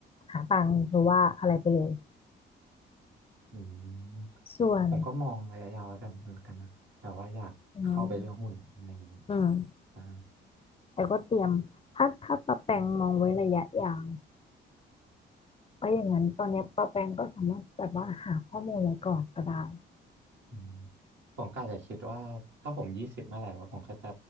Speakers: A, on the left (about 30°); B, on the right (about 65°).
A: หาตังค์หรือว่าอะไรไปเลย
B: อืมผมก็มองระยะยาวไว้แบบนั้นเหมือนกันนะ
A: ส่วน
B: แต่ว่าอยากเข้าไปเรื่องหุ้นอะไรอย่างนี้
A: อืม อืม
B: อ่า
A: แต่ก็เตรียมถ้าถ้าป้าแปงมองไว้ระยะยาวเพราะอย่างนั้นตอนเนี้ยป้าแปงก็สามารถแบบว่าหาข้อมูลไว้ก่อนก็ได้
B: อืมผมก็อาจจะคิดว่าถ้าผมยี่สิบเมื่อไหร่แล้วผมก็จะ